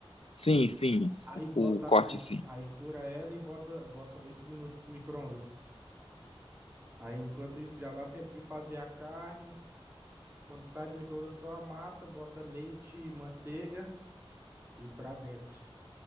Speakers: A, on the left; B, on the right.
A: Sim, sim.
B: Aí bota.
A: O, o corte,
B: Aí,
A: sim.
B: aí fura ela e bota, bota 8 minutos no micro-ondas. Aí enquanto isso já dá tempo de fazer a carne. Quando sai do micro-ondas, só a massa, bota leite e manteiga e pra dentro.